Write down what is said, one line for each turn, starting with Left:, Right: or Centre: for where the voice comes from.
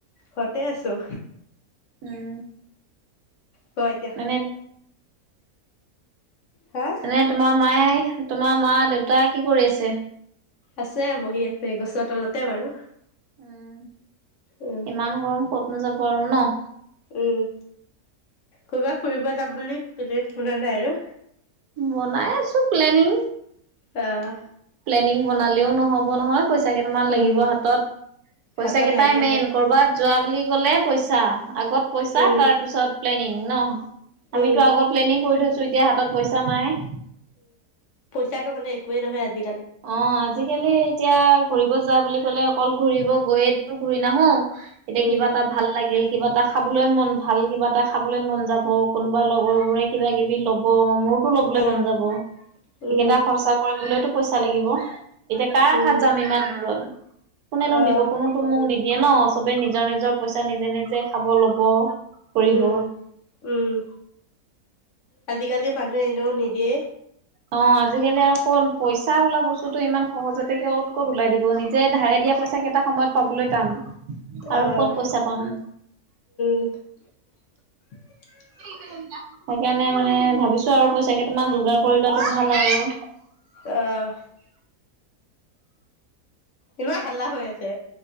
Left: ঘৰতে আছো।
Right: উম
Left: ক এতিয়া?
Right: মানে
Left: হা
Right: এনে তোমাৰ মায়ে, তোমাৰ মা- দেউতাই কি কৰি আছে?
Left: আছে বহি আছে গছৰ তলতে বাৰু।
Right: উম',
Left: উম
Right: ইমান গৰম কত নোযাব আৰু ন?
Left: উম ক'বা ফুৰিব যাম বুলি পেলেন শুনা নাই আৰু।
Right: বনাই আছো প্লেনিং।
Left: আহ।
Right: প্লেনিং বনালেও নহ'ব নহয়। পইচা কেইটামান লাগিব
Left: উম
Right: হাতত, পইচা
Left: হাতত
Right: কেইটাই
Left: লাগে
Right: মেইন
Left: বাৰু
Right: কৰবাত যোৱা বুলি ক'লে পইচা, আগত পইচা
Left: উম
Right: তাৰ পিছত প্লেনিং ন। আমিতো
Left: উম
Right: আগত প্লেনিং কৰি থৈছো, এতিয়া হাতত পইচা নাই।
Left: সেইটো হ'লে একোৱে নহয় আজি।
Right: অ আজিকালি এতিয়া ঘুৰিব যোৱা বুলি কলে অকল ঘূৰিব গৈয়েতো ঘূৰি নাহো। এতিয়া
Left: উম
Right: কিবা এটা ভাল লাগিল। কিবা এটা খাবলৈ মন ভাল কিবা এটা খাবলৈ মন যাব, কোনোবা লগৰবোৰে কিব -কিবি ল'ব মোৰ লবলৈ
Left: আহ
Right: মন যাব,
Left: উম
Right: সেইকেইটা খৰচা কৰিবলৈতো পইচা লাগিব। এতিয়া কাৰ
Left: উম
Right: আশাত যাম ইমান দূৰত, কোনেনো
Left: আহ
Right: দিব কোনোতো মোক নিদি দিয়ে ন চবে নিজৰ নিজৰ পইচা নিজে নিজে খাব ল'ব কৰিব
Left: উম, উম। আজিকালি মানুহ এন নিদিয়ে।
Right: অ', আজিকালি আৰু কত পইচা ওলা বস্তুতটো ইমান সহজতে ক'ত-ক'ত ওলাই দিব নিজে ধাৰে দি তি পইচা কেইটা সময়ত পাবলৈ টান
Left: আহ
Right: আৰু ক'ত পইচা পাম?
Left: <inaudible>
Right: সেইকাৰণে মানে ভাবিছো আৰু পইচা কেইটামান যোগাৰ কৰি লোৱাাতটো ভাল আৰু।
Left: অ'। ইমান হাল্লা হৈ আছে?